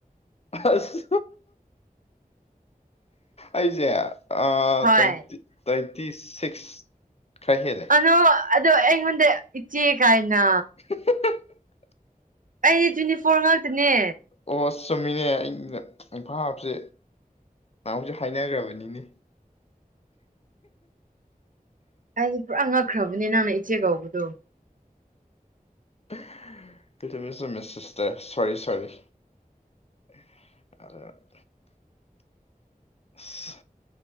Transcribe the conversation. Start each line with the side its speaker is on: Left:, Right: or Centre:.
Left: ꯑꯁ ꯑꯩꯁꯦ ꯑꯥ‌
Right: ꯍꯣꯏ
Left: ꯇꯣꯏꯟꯇꯤ‌ ꯁꯤꯛꯁ ꯈꯔ ꯍꯦꯜꯂꯦ
Right: ꯑꯗꯨ ꯑꯗꯨ ꯑꯩꯉꯑꯣꯟꯗ ꯏꯆꯦ ꯀꯥꯏꯅ
Left: <inaudible>
Right: ꯑꯩ ꯇ꯭ꯋꯦꯟꯇꯤ ꯐꯣꯔ ꯉꯥꯛꯇꯅꯦ
Left: ꯑꯣ ꯆꯨꯝꯃꯤꯅꯦ ꯑꯩꯅ ꯕꯥꯞꯁꯦ ꯅꯍꯥꯟꯃꯨꯛꯁꯨ ꯍꯥꯏꯅꯒ꯭ꯔꯕꯅꯤꯅꯦ
Right: ꯑꯩ ꯄꯨꯔꯥ ꯉꯛꯈ꯭ꯔꯕꯅꯦ ꯅꯪꯅ ꯏꯆꯦ ꯀꯧꯕꯗꯣ
Left: <unintelligible> ꯁꯤꯁꯇꯔ ꯁꯣꯔꯤ ꯁꯣꯔꯤ <unintelligible> ꯑꯁ